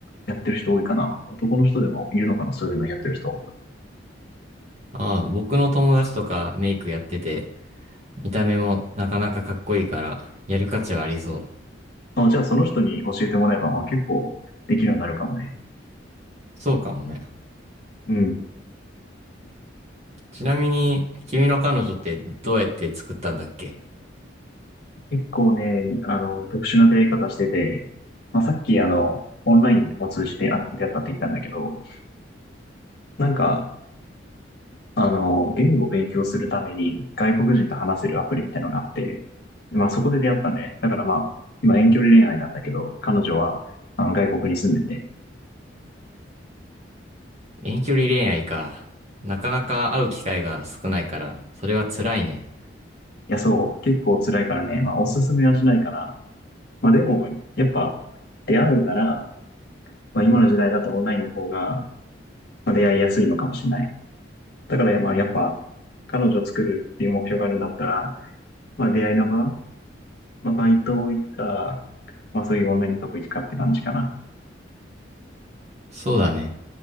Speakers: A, on the left; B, on the right.
A: やってる人多いかな。男の人でもいるのかな、そういうのやってる人。
B: ああ、僕の友達とかメイクやってて、見た目もなかなかかっこいいから、やる価値はありそう。
A: まあ、じゃあその人に教えてもらえば、まあ結構できるようになるかもね。
B: そうかもね。
A: うん。
B: ちなみに、君の彼女ってどうやって作ったんだっけ
A: 結構ね、あの、特殊な出会い方してて、まあさっきあの、オンラインを通じてあ出会ったって言ったんだけど、なんか、あの、言語を勉強するために外国人と話せるアプリみたいなのがあって、まあそこで出会ったんで、だからまあ、今遠距離恋愛なんだけど、彼女はあの外国に住んでて、
B: 遠距離恋愛か。なかなか会う機会が少ないから、それは辛いね。
A: いやそう、結構辛いからね、まあおすすめはしないかな。まあでも、やっぱ出会うなら、まあ今の時代だとオンラインの方が、まあ、出会いやすいのかもしれない。だからまあやっぱ、彼女を作るっていう目標があるんだったら、まあ出会いの場、まあバイト行くか、まあそういうオンラインのとこ行くかって感じかな。
B: そうだね。